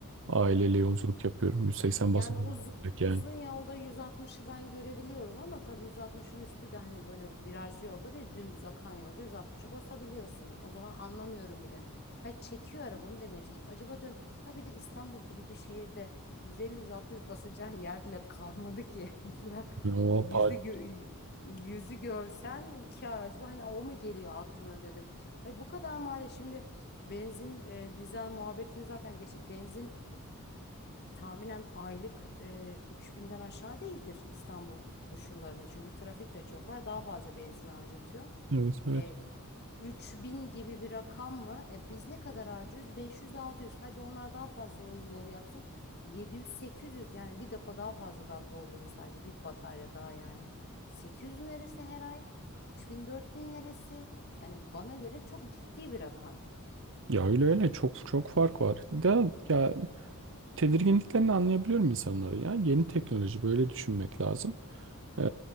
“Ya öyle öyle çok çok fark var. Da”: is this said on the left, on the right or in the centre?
Right